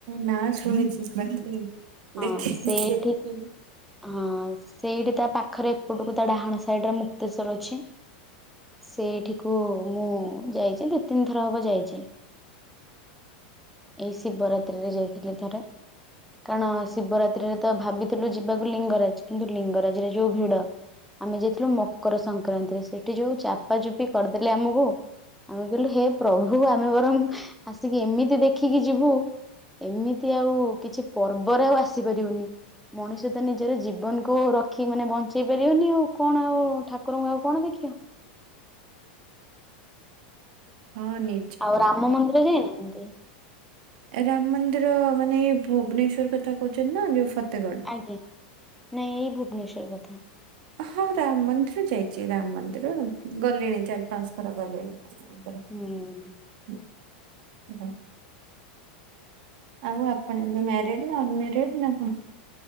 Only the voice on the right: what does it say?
ନା ଶୁଣିଛି <unintelligible>
ଦେଖିନି।
ହଁ ନି
ରାମ ମନ୍ଦିର ମାନେ ଏଇ ଭୁବନେଶ୍ଵର କଥା କହୁଛନ୍ତି ନା ଯୋଉ ଫତେଗଡ
ହଁ ରାମ ମନ୍ଦିର ଯାଇଛି ରାମ ମନ୍ଦିର ଗଲିଣି ଚାରି ପାଞ୍ଚ ଥର ଗଲିଣି ମନ୍ଦିର।
ହଁ ସେଟା ଆଉ ଆପଣ ଏବେ ମ୍ୟାରିଡ୍‌ ନା ଅନ୍‌ମ୍ୟାରେଡ୍‌ ନା କଣ?